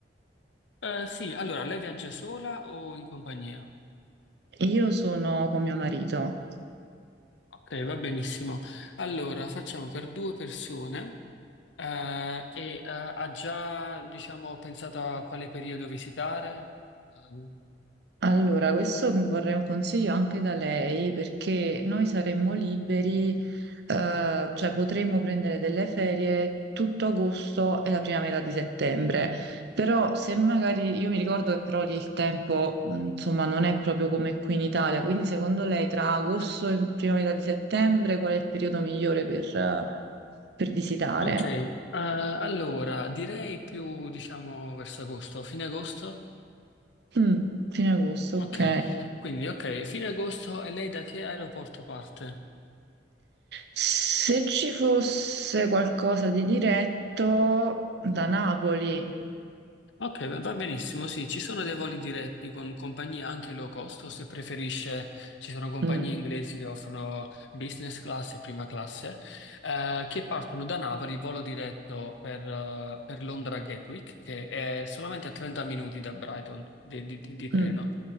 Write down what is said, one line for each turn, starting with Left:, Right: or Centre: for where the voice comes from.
Left: Eh, sì, allora, lei viaggia sola o in compagnia?
Right: Io sono con mio marito.
Left: Ok, va benissimo. Allora, facciamo per due persone eh, e eh, ha già, diciamo, pensato a quale periodo visitare? Ehm,
Right: Allora, questo mi vorrei un consiglio anche da lei perché noi saremmo liberi, eh, cioè potremmo prendere delle ferie tutto agosto e la prima metà di settembre, però se magari, io mi ricordo che però lì il tempo, mh, insomma, non è proprio come qui in Italia, quindi secondo lei tra agosto e prima metà di settembre qual è il periodo migliore per, eh, per visitare?
Left: ok, eh, allora, direi più, diciamo, verso agosto, fine agosto?
Right: Mm, fine agosto,
Left: Ok,
Right: ok.
Left: quindi ok, fine agosto e lei da che aeroporto parte?
Right: Se ci fosse qualcosa di diretto da Napoli.
Left: Ok, va va benissimo, sì, ci sono dei voli diretti con compagnie anche low cost, o se preferisce, ci sono compagnie
Right: Mm,
Left: inglesi che offrono business class e prima classe, eh, che partono da Napoli, volo diretto per, eh, per Londra Gatwick, che è solamente a 30 minuti da Brighton di, di- di- di treno.
Right: mm.